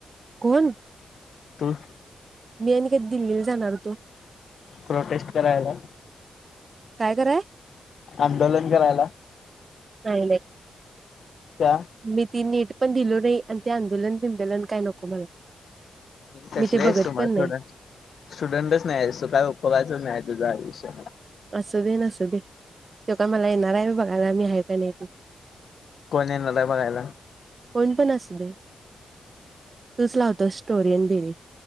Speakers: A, on the right; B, on the left.
A: कोण?
B: तू?
A: मी आणि कधी दिल्लीला जाणार होतो.
B: प्रोटेस्ट करायला.
A: काय कराय?
B: आंदोलन करायला.
A: नाही नाही.
B: का?
A: मी ती नीट पण दिलो नाही. आणि ते आंदोलन बिंदोलन काय नको मला.
B: कसलेस
A: मी ते बघत
B: आहे मग
A: पण
B: तू स्टुडन्ट.
A: नाही
B: स्टुडंटच नाही काय सो काय उपोगायचं नाही तुझ आयुष्य.
A: असू दे नसू दे. तेव काय मला येणार आम्ही बघायला मी आहे का नाही.
B: कोण येणार आहे बघायला.
A: कोण पण असू दे. तुच लावतो स्टोरीय आणि बिरी